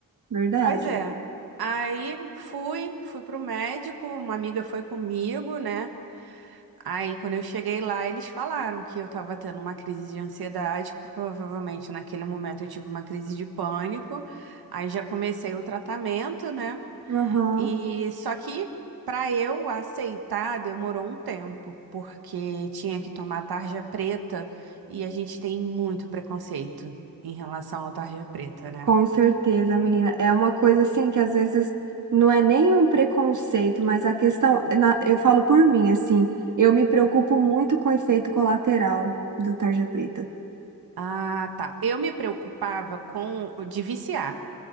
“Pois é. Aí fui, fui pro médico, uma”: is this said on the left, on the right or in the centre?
Right